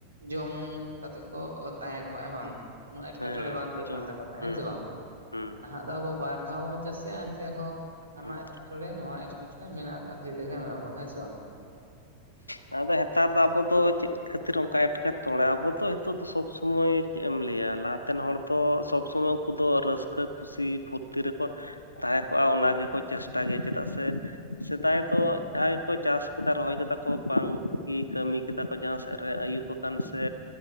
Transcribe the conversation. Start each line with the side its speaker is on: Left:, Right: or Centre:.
Right: ᱡᱚᱢ ᱠᱟᱛᱮᱫ ᱠᱚ ᱛᱟᱦᱮᱸ ᱠᱚᱜᱼᱟ ᱦᱮ ᱵᱟᱝ ᱩᱳᱱᱳ ᱮᱴᱠᱮᱴᱚᱬᱮ
Left: ᱦᱮᱸ
Right: ᱵᱟᱝ ᱦᱩᱭᱩᱜ
Left: ᱡᱚᱢ
Right: ᱠᱟᱱ ᱛᱟᱠᱚ ᱛᱟᱦᱮᱸ
Left: ᱦᱩᱸ
Right: ᱦᱮᱸ ᱥᱮ ᱵᱟᱝ
Left: ᱦᱩᱸ
Right: ᱱᱟᱦᱟᱜ ᱟᱫᱚ ᱟᱵᱚ ᱵᱟᱨ ᱫᱷᱟᱣ ᱵᱚᱱ ᱪᱟᱥᱮᱜᱼᱟ ᱮᱱᱛᱮ ᱨᱮᱦᱚᱸ ᱦᱟᱱᱟ
Left: ᱦᱩᱸ
Right: ᱮᱴᱠᱮᱴᱚᱬᱮ ᱱᱚᱣᱟ ᱮᱴᱠᱮᱴᱚᱬᱮ ᱢᱮᱱᱟᱜ ᱠᱟᱫᱟ <unintelligible> ᱵᱚᱱ ᱦᱮ ᱥᱮ ᱵᱟᱝ
Left: ᱦᱮ ᱟᱫᱚ ᱦᱮᱛᱟᱨ ᱫᱚ ᱟᱵᱚ ᱫᱚ ᱪᱮᱫ ᱠᱷᱟᱹᱛᱤᱨ ᱚᱱᱠᱟ ᱮᱴᱠᱮᱛᱚᱲᱮ ᱟᱵᱚ ᱫᱚ ᱱᱤᱛᱚᱜ ᱫᱚ ᱥᱚᱵᱽ ᱥᱚᱢᱚᱭ ᱪᱮᱫ ᱮᱢ ᱞᱟᱹᱭᱟ ᱞᱟᱦᱟᱛᱮᱱ ᱦᱚᱲ -ᱛᱚ ᱥᱚᱵᱽ ᱥᱚᱢᱚᱭ ᱩᱱᱠᱩ ᱫᱚ ᱨᱟᱹᱥᱠᱟᱹ ᱠᱷᱩᱥᱤ ᱯᱷᱩᱨᱛᱤ ᱨᱮᱠᱚ- -ᱛᱟᱦᱮᱸ ᱠᱚᱜᱼᱟ ᱚᱱᱟ ᱜᱮᱠᱚ ᱪᱮᱥᱴᱟ ᱜᱮᱭᱟ ᱪᱮᱫᱟᱜ ᱥᱮ ᱥᱮᱫᱟᱭ ᱫᱚ ᱡᱟᱸᱦᱟ ᱜᱮᱠᱚ ᱪᱟᱥ ᱠᱟᱫᱟ ᱨᱚᱦᱚᱭ ᱠᱟᱫᱟ ᱠᱚ ᱵᱟᱝᱜᱤ ᱠᱟᱹᱢᱤ ᱠᱟᱫᱟ ᱠᱚ ᱡᱟᱦᱟᱸ ᱥᱮᱫ ᱨᱮ ᱟᱹᱭᱩᱵ ᱟᱠᱟᱱ ᱥᱮ